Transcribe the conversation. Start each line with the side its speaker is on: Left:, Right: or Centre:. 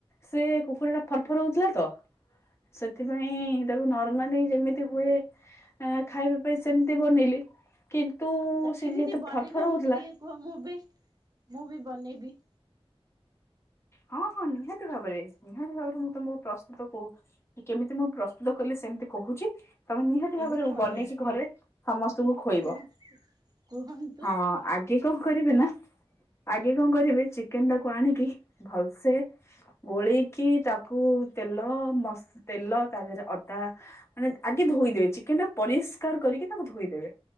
Left: ସେ କୁକୁରା ଟା ଫରଫର ହଉଥିଲା ତ। ସେଥିପାଇଁ ତାକୁ ନର୍ମାଲି ଯେମିତି ହୁଏ ଆ ଖାଇବା ପାଇଁ ସେମିତି ବନେଇଲି। କିନ୍ତୁ
Right: ତ
Left: ସେ
Right: କେମିତି
Left: ଯେହେତୁ
Right: ବନେଇଲ
Left: ଫରଫର
Right: ମତେ
Left: ହଉଥିଲା
Right: ଟିକେ କୁହ? ମୁଁ ବି ମୁଁ ବି ବନେଇବି।
Left: ହଁ ହଁ ନିହାତି ଭାବରେ ନିହାତି ଭାବରେ ମୁଁ ତମକୁ ପ୍ରସ୍ତୁତ କୋ କି କେମିତି ମୁଁ ପ୍ରସ୍ତୁତ କଲି ସେମିତି କହୁଛି। ତମେ ନିହାତି ଭାବରେ
Right: ଏବେ କୁହନ୍ତୁ
Left: ବନେଇକି ଘରେ ସମସ୍ତଙ୍କୁ ଖୋଇବ।
Right: କୁହ କୁହନ୍ତୁ
Left: ହଁ। ଆଗେ କଣ କରିବେ ନା ଆଗେ କଣ କରିବେ ଚିକେନ ଟାକୁ ଆଣିକି ଭଲସେ ଗୋଳେଇକି ତାକୁ ତେଲ ମସ ତେଲ ତା ଦେହରେ ଅଦା ମାନେ ଆଗେ ଧୋଇଦେବେ। ଚିକେନ ଟା ପରିଷ୍କାର କରିକି ତାକୁ ଧୋଇଦେବେ।